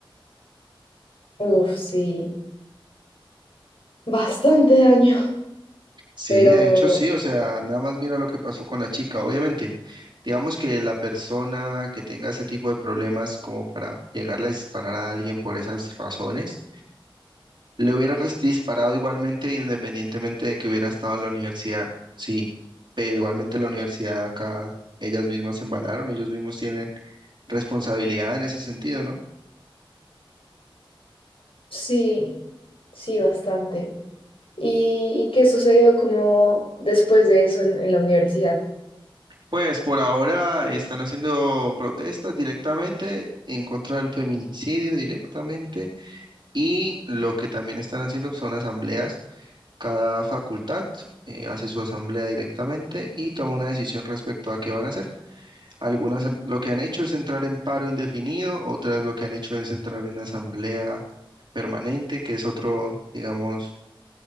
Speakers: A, on the left; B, on the right.
A: Uf, sí, bastante daño,
B: Sí,
A: pero
B: de hecho sí, o sea, nada más mira lo que pasó con la chica. Obviamente, digamos que la persona que tenga ese tipo de problemas como para llegar a disparar a alguien por esas razones, Le hubiera res- disparado igualmente, independientemente de que hubiera estado en la universidad, sí, pero igualmente la universidad acá, ellas mismas se embalaron, ellos mismos tienen responsabilidad en ese sentido, ¿no?
A: sí, sí, bastante. ¿Y, y qué sucedió como después de eso en, en la universidad?
B: Pues por ahora están haciendo protestas directamente en contra del feminicidio directamente y lo que también están haciendo son asambleas. Cada facultad eh, hace su asamblea directamente y toma una decisión respecto a qué van a hacer. Algunas en- lo que han hecho es entrar en paro indefinido, otras lo que han hecho es entrar en asamblea permanente, que es otro, digamos,